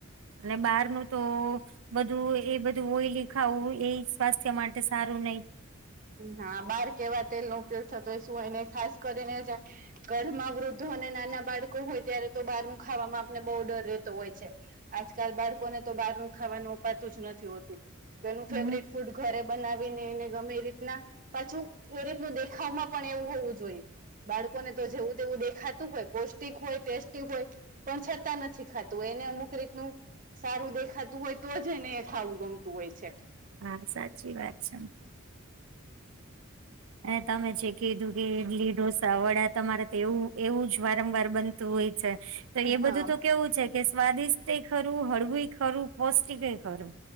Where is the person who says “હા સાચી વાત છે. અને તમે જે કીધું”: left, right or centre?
Right